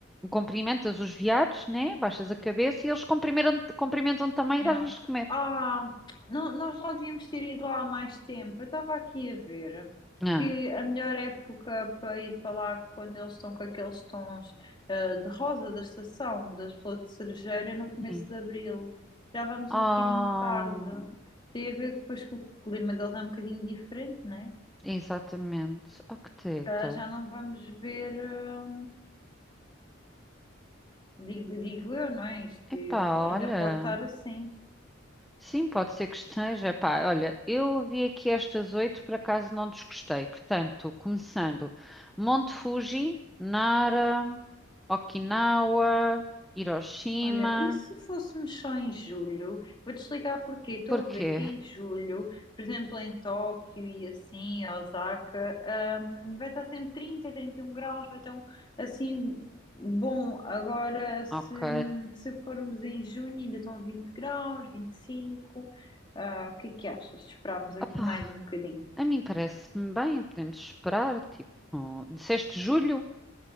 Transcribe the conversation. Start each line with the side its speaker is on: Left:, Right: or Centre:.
Centre: Cumprimentas os viados, né? Baixas a cabeça e eles cumprimentam, cumprimentam também e
Left: Já.
Centre: dás-lhes de comer.
Left: Ah, não- nós não devíamos ter ido lá há mais tempo. Eu estava aqui a ver
Centre: Ah,
Left: que a melhor época para ir para lá quando eles estão com aqueles tons ah, de rosa da estação, das flores de cerejeira, é no começo
Centre: sim.
Left: de abril. Já vamos
Centre: Ah,
Left: um bocadinho tarde. Tem a ver depois que o clima deles é um bocadinho diferente, né?
Centre: exatamente. Ah, que teta.
Left: Se calhar já não vamos ver, ah, digo, digo eu, não é? Isto
Centre: Epá,
Left: eh, ainda
Centre: olha.
Left: pode estar assim.
Centre: Sim, pode ser que esteja. Pá, olha, eu ouvi aqui estas oito, por acaso não desgostei. Portanto, começando: Monte Fuji, Nara, Okinawa, Hiroshima.
Left: Olha, e se fôssemos só em julho? Vou-te explicar porquê. Estou
Centre: Porquê?
Left: a ver que em julho, por exemplo, em Tóquio e assim, em Osaka, hum, vai estar sempre trinta trinta e um graus, vai estar um- assim bom. Agora, se,
Centre: Ok.
Left: se formos em junho, ainda estão 20 graus, 25. Ah, o que é que achas? Esperámos aqui
Centre: Opá,
Left: mais um bocadinho.
Centre: a mim parece-me bem, podemos esperar. Tipo, disseste julho?